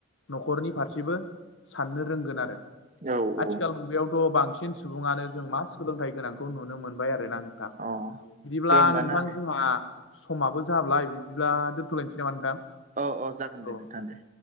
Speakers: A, on the left (about 75°); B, on the right (about 40°).
A: न'खरनि फारसेबो साननो रोंगोन आरो
B: औ
A: आथिखाल
B: औ
A: मुगायावथ' बांसिन सुबुङानो जों मा सोलोंथाइ गोनांखौ नुनो मोनबाय आरोना नों बिदिब्ला
B: अ दे होमबा
A: नोंथां
B: ना
A: जोंहा समाबो जाब्लााय बिदिब्ला दोन्थ'लायनोसै नामा नोंथां
B: औ औ जागोन दे
A: औ
B: नोंथां दे